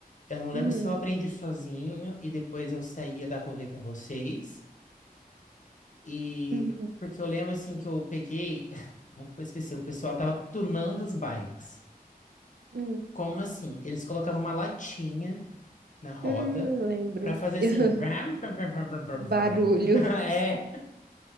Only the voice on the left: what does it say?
Eu não lembro
se eu aprendi sozinho e depois eu saía da rolê com vocês. E
porque eu lembro assim que eu peguei, <laughs> nunca vou esquecer, o pessoal tava tunando as bikes.
Como assim? Eles colocavam uma latinha na roda
pra fazer
assim, <laughs> vram, vram, vram, vram, vram, vram.
<laughs> É.